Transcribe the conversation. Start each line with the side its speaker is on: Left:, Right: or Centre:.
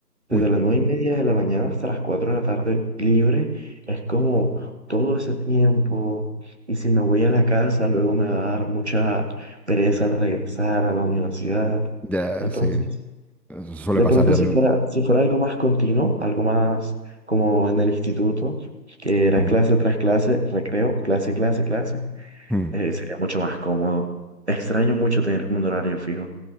Right: Desde
Centre: uy.
Right: las nueve y media de la mañana hasta las cuatro de la tarde libre, es como todo ese tiempo. Y si me voy a la casa, luego me va a dar mucha pereza al regresar a la universidad.
Centre: Ya,
Right: Entonces,
Centre: sí, eso suele
Right: De
Centre: pasar
Right: pronto,
Centre: ya.
Right: si
Centre: mm,
Right: fuera, si fuera algo más continuo, algo más como en el instituto, que era
Centre: mm,
Right: clase tras clase, recreo, clase, clase, clase,
Centre: mm,
Right: eh, sería mucho más cómodo. Extraño mucho tener como un horario fijo.